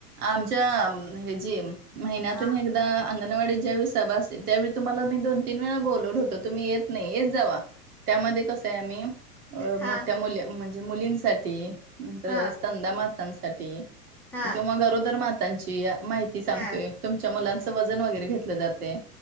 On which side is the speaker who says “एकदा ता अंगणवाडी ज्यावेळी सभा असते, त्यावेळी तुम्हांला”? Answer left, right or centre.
Right